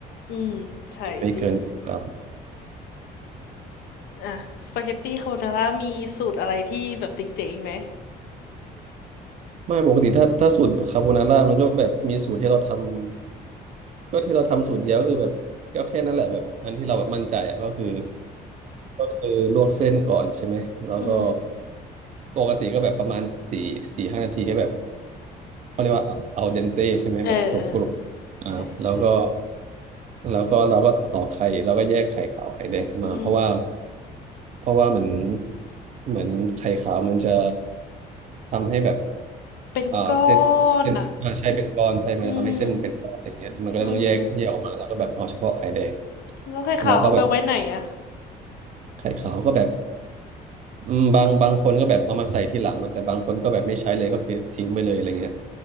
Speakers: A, on the left (about 70°); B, on the right (about 45°).
A: อืมใช่จริง
B: ไม่เกินครับ
A: อ่ะสปาเกตตี้คาโบนาร่ามีสูตรอะไรที่แบบจริงๆไหม
B: ไม่ปกติถ้าถ้าสูตรคาโบนาร่ามันก็แบบมีสูตรที่เราทำก็ที่เราทำสูตรเดียวก็คือแบบก็แค่นั้นแหละแบบอันที่เราแบบมั่นใจอ่ะก็คือก็คือลวกเส้นก่อนใช่ไหมแล้วก็
A: อืม
B: ปกติก็แบบประมาณสี่สี่ห้านาทีก็แบบเขาเรียกว่าเอาเดนเตใช่ไหมแบบกรุบกรุบ
A: เออเออ
B: อ่าแล้วก็
A: ใช่ใช่
B: แล้วก็เราก็ต่อกไข่แล้วก็แยกไข่ขาวไข่แดงออกมาเพราะว่า
A: อืม
B: เพราะว่าเหมือนเหมือนไข่ขาวมันจะทำให้แบบ
A: เป็นก้อ
B: เอ่อเส้นเส้นอ่าใช่เป็นก้อนใช่มันจะทำให้เส้นเป็นก้อนอย่างเงี้ยมันก็เลยต้องแยกแยกออกมาแล้วก็แบบเอาเฉพาะไข่แดง
A: นอ่ะอืมอืมแล้วไข่ขาวเอาไปไว้ไหนอ่ะ
B: แล้วก็แบบไข่ขาวก็แบบอืมบางบางคนก็แบบเอามาใส่ที่หลังเนอะแต่บางคนก็แบบไม่ใช้เลยก็คือทิ้งไปเลยอะไรเงี้ย